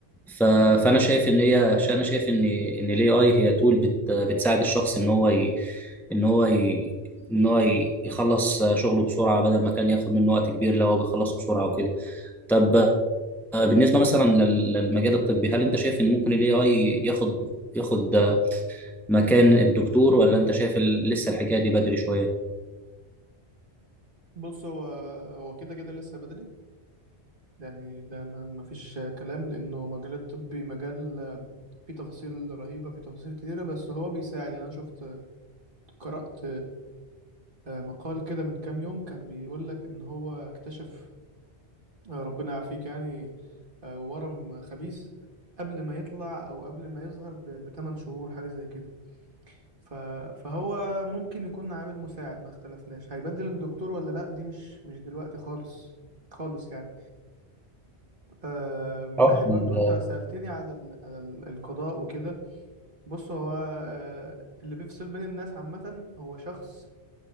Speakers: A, in the centre; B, on the right.
A: ف... فانا شايف ان هي ش- انا شايف ان ان الاي اي هي تول بت... بتساعد الشخص ان هو ي... ان هو ي... ان هو ي- يخلص شغله بسرعه بدل ما كان ياخد منه وقت كبير لو هو بيخلصه بسرعه وكده طب آه، بالنسبه مثلا لل- للمجال الطبي هل انت شايف ان ممكن الاي اي ياخد ياخد مكان الدكتور ولا انت شايف ال- لسه الحكايه دي بدري شويه
B: بص هو هو كده كده لسه بدري يعني ده ما ما فيش كلام لأنه مجال الطبي مجال آه، فيه تفاصيل رهيبة فيه تفاصيل كتيرة بس هو بيساعد يعني أنا شفت قرأت آه، مقال كده من كام يوم كان بيقول لك إن هو اكتشف آه، ربنا يعافيك يعني آه، ورم خبيث قبل ما يطلع أو قبل ما يظهر ب- بتمن شهور حاجة زي كده ف- فهو ممكن يكون عامل مساعد ما اختلفناش هيبدل الدكتور ولا لأ دي مش مش دلوقتي خالص خالص يعني آه، من
A: اه
B: ناحية برضو انت سألتني على ال- على ال- القضاء وكده بص هو آه، اللي بيفصل بين الناس عامة هو شخص